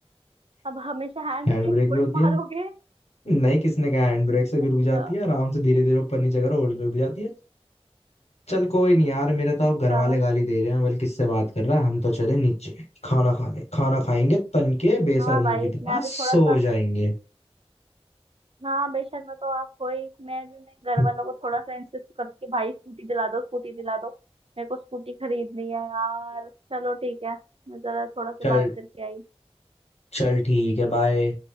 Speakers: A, on the right; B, on the left.
A: अब हमेशा हैंड
B: हैंड
A: ब्रेक
B: ब्रेक
A: थोड़ी
B: भी होती है
A: मारोगे
B: नहीं किसने कहा हैंड ब्रेक से भी
A: अच्छा
B: रुक जाती है आराम से धीरे धीरे ऊपर नीचे करो और रुक जाती है चल कोई नहीं यार मेरे तो
A: अच्छा
B: अब घर वाले गाली दे रहे हैं बल्कि किससे बात कर रहा है हम तो चले नीचे खाना खाने खाना खाएंगे तन के बेशर्मों
A: हाँ भाई
B: की तरह
A: मैं भी
B: सो
A: थोड़ा सा
B: जाएंगे
A: हाँ बेशक मैं तो आपको ही मैं भी मैं घर
B: <laughs>
A: वालों को थोड़ा सा इंसिस्ट करूँ कि भाई स्कूटी दिला दो स्कूटी दिला दो मेरे को स्कूटी खरीदनी है यार चलो ठीक है मैं जरा थोड़ा सा
B: चल
A: बात करके आई
B: चल ठीक है बाय